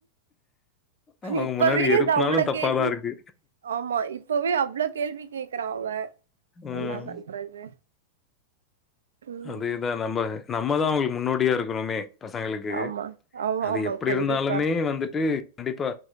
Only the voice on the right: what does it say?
இப்பவேது
அவ்ளோ
கேள்வி
ஆமா இப்பவே அவ்ள கேள்வி கேக்குறா அவ
என்னா பண்றது ம்
ஆமா ஆமா
ஆமா
கண்டிப்பா